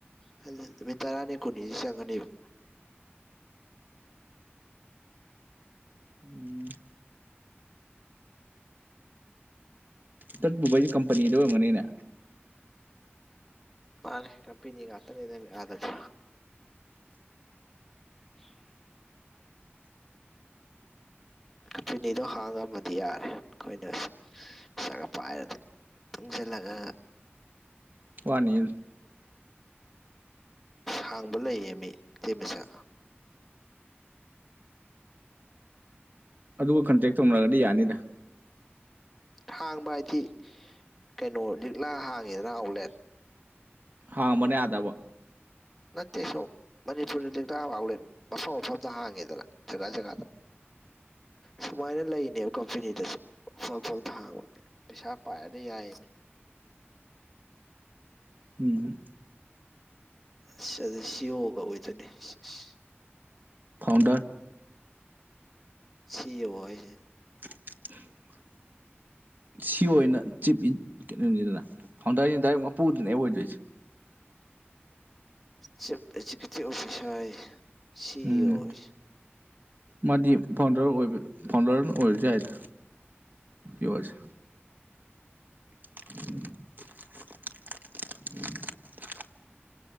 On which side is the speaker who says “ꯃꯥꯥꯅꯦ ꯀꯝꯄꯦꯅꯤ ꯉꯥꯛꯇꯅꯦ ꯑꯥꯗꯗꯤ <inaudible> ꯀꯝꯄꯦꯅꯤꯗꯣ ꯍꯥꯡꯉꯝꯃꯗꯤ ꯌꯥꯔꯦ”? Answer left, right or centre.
Centre